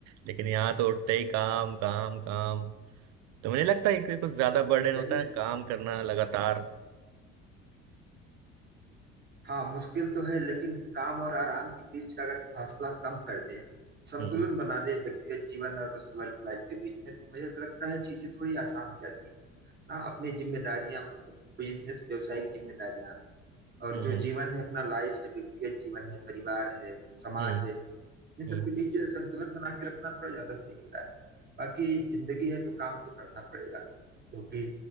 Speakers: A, on the right (about 50°); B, on the right (about 30°).
A: लेकिन यहाँ तो उठते ही काम काम काम तो मुझे लगता है कि कुछ ज्यादा बर्डन
B: सही
A: होता है
B: है
A: काम करना लगातार
B: हाँ मुश्किल तो है लेकिन काम और आराम के बीच का अगर फासला कम कर दे संतुलन
A: हम्म
B: बना दे व्यक्तिगत जीवन और उस वर्क लाइफ के बीच में तो मुझे लगता है चीजें थोड़ी आसान हो जाती है ना अपनी जिम्मेदारियां मतलब बिजनेस व्यावसायिक जिम्मेदारियां और
A: हम्म
B: जो
A: हम्म।
B: जीवन है अपना लाइफ है व्यक्तिगत जीवन है परिवार है समाज
A: हम्म
B: है इन सबके
A: हम्म।
B: बीच संतुलन बना के रखना थोड़ा ज्यादा सही होता है बाकी जिंदगी है तो काम तो करना पड़ेगा क्योंकि